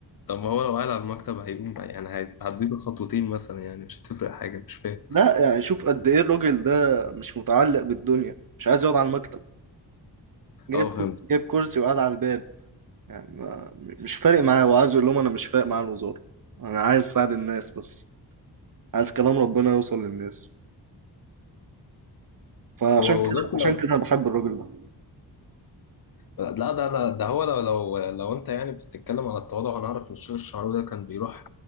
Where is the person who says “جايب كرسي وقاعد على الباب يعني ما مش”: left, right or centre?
Right